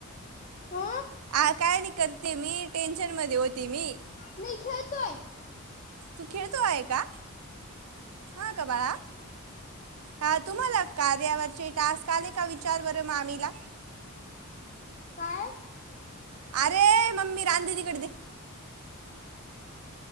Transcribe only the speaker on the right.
आ काय नाही करते मी टेन्शन मध्ये होते मी
तू खेळतो आहे का हा का बाळा हा तुम्हाला कार्यावरचे टास्क आले का विचार बरं मा मामीला
अरे मम्मी राांधे तिकड ते